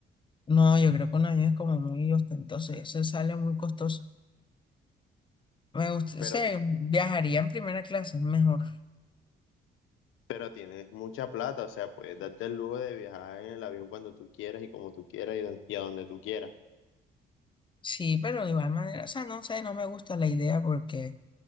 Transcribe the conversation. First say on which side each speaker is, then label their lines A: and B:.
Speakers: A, on the left; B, on the left.
A: No, yo creo que un avión es como muy ostentoso y eso sale muy costoso. Me gusta,
B: pero,
A: se viajaría en primera clase, mejor.
B: pero tienes mucha plata, o sea, puedes darte el lujo de viajar en el avión cuando tú quieras y como tú quieras y don- y a donde tú quieras.
A: Sí, pero de igual manera, o sea, no sé, no me gusta la idea porque